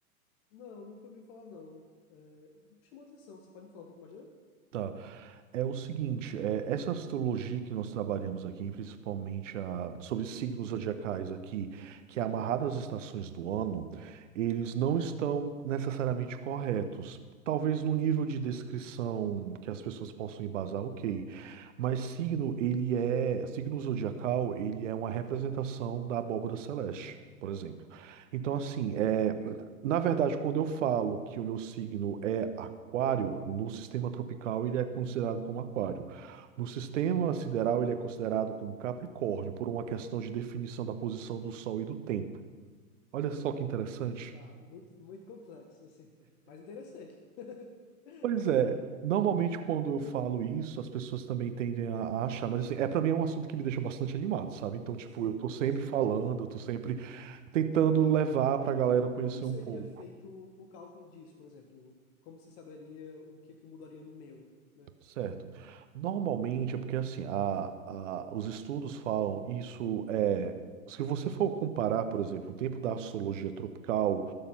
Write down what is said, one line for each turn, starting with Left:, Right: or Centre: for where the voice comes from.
Left: Não, nunca ouvi falar, não. É, me chamou atenção. Você pode me falar um pouco mais dele?
Right: Tá. É o seguinte, é, essa astrologia que nós trabalhamos aqui, principalmente a, sobre signos zodiacais aqui, que é amarrada às estações do ano, eles não estão necessariamente corretos. Talvez no nível de descrição que as pessoas possam embasar, ok. Mas signo, ele é, signo zodiacal, ele é uma representação da abóbora celeste, por exemplo. Então, assim, é, na verdade, quando eu falo que o meu signo é aquário, no sistema tropical ele é considerado como aquário. No sistema sideral ele é considerado como Capricórnio, por uma questão de definição da posição do Sol e do tempo. Olha só que interessante.
Left: Tá, muito, muito complexo, assim, mas interessante. <laughs>
Right: Pois é, normalmente quando
Left: Então,
Right: eu falo isso, as pessoas também tendem a, a achar, mas assim, é para mim é um assunto que me deixa bastante animado, sabe? Então, tipo,
Left: Sim,
Right: eu tô sempre
Left: sim.
Right: falando, eu tô sempre tentando levar pra galera conhecer
Left: Como seria
Right: um pouco.
Left: feito o cálculo disso, por exemplo? Como você saberia o que é que mudaria no meu, né?
Right: Certo. Normalmente é porque assim, a, a- os estudos falam isso é, se você for comparar, por exemplo, o tempo da astrologia tropical